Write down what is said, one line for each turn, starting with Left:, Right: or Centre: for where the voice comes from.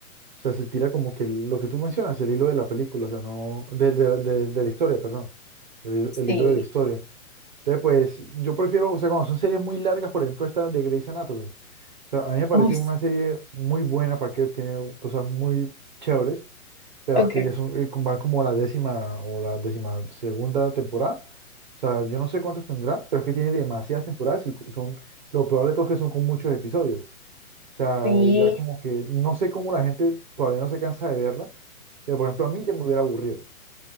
Right: sea, se tira como que lo que tú mencionas, el hilo de la película, o sea, no, de, de, de- de la historia, perdón, el, el
Left: Sí,
Right: hilo de la historia. Entonces, pues, yo prefiero, o sea, cuando son series muy largas, por ejemplo, esta de Grey's Anatomy, o sea, a mí me parece
Left: Ay, s-
Right: una serie muy buena para que tiene cosas muy chéveres, pero
Left: ok.
Right: es que ya son, eh, van como la décima o la décima segunda temporada, o sea, yo no sé cuántas tendrá, pero es que tiene demasiadas temporadas y son, lo peor de todo es que son con muchos episodios. O sea,
Left: sí.
Right: ya como que no sé cómo la gente todavía no se cansa de verla, pero por ejemplo a mí ya me hubiera aburrido.